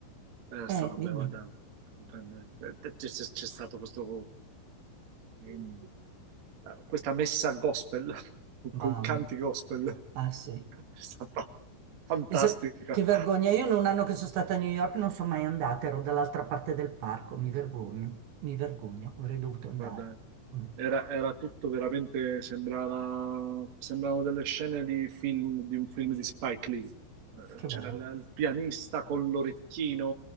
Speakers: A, on the right; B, on the right.
A: Eh,
B: Eh,
A: sta vabbè,
B: dimmi,
A: guarda, c'è c'è- c'è stato questo, ehm, questa messa gospel, <laughs>
B: mamma.
A: con canti gospel,
B: Ah sì.
A: è stata fantastica.
B: Pensa- che vergogna, io in un anno che sono stata a New York non sono mai andata, ero dall'altra parte del parco, mi vergogno, mi vergogno, avrei dovuto andare.
A: Guarda,
B: Mm,
A: era, era tutto veramente, sembrava, sembravano delle scene di film, di un film di Spike Lee. Eh,
B: Che
A: C'era
B: bello,
A: il il pianista con l'orecchino,